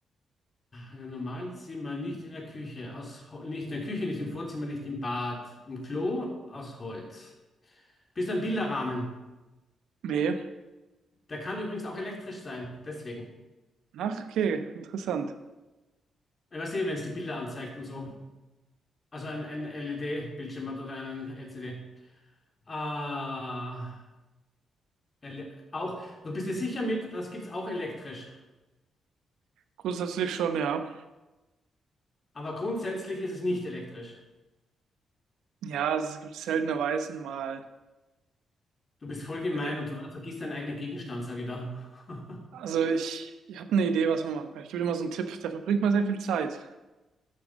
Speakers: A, on the left; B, on the right.
A: Im normalen Zimmer, nicht in der Küche, aus, Hol- nicht in der Küche, nicht im Vorzimmer, nicht im Bad, im Klo aus Holz. Bist du ein Bilderrahmen?
B: Nee.
A: Der kann übrigens auch elektrisch sein, deswegen.
B: Ach, okay, interessant.
A: Ich weiß eh, wenn es die Bilder anzeigt und so. Also ein, ein LED-Bildschirm hat oder einen LCD. Ah, ele auch. Du bist dir sicher mit, das gibt's auch elektrisch.
B: Grundsätzlich schon, ja.
A: Aber grundsätzlich ist es nicht elektrisch.
B: Ja, also es gibt seltenerweise mal
A: Du bist voll gemein
B: Elekt
A: und du vergisst deinen eigenen Gegenstand, sage ich da. <laughs>
B: Also ich, ich habe eine Idee, was man machen kann. Ich gebe dir mal so einen Tipp, da verbringt man sehr viel Zeit.